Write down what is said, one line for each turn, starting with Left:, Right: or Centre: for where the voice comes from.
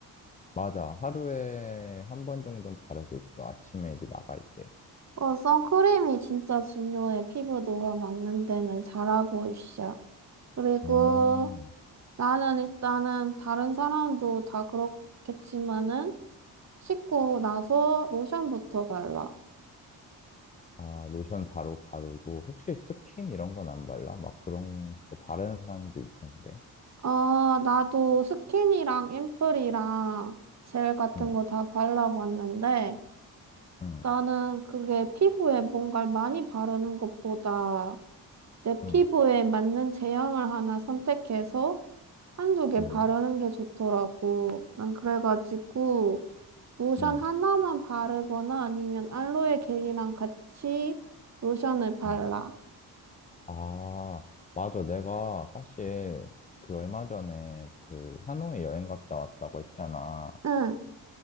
Left: 맞아. 하루에 한 번 정도는 바르고 있어. 아침에 이제 나갈 때.
Right: 어, 선크림이 진짜 중요해. 피부 노화 막는 데는 잘하고 있어. 그리고
Left: 음.
Right: 나는 일단은 다른 사람도 다 그렇겠지만은, 씻고 나서 로션부터 발라.
Left: 아, 로션 바로 바르고, 혹시 스킨 이런 건 안 발라? 막 그런 거 바르는 사람도 있던데.
Right: 어, 나도 스킨이랑 앰플이랑 젤 같은
Left: 응,
Right: 거 다 발라봤는데,
Left: 응,
Right: 나는 그게 피부에 뭔가를 많이 바르는 것보다 내 피부에
Left: 응,
Right: 맞는 제형을 하나 선택해서 한두 개
Left: 응,
Right: 바르는 게 좋더라고. 난 그래가지고 로션
Left: 응,
Right: 하나만 바르거나 아니면 알로에 겔이랑 같이 로션을 발라.
Left: 응. 아, 맞아. 내가 사실 그 얼마 전에 그 하노이 여행 갔다 왔다고 했잖아.
Right: 응.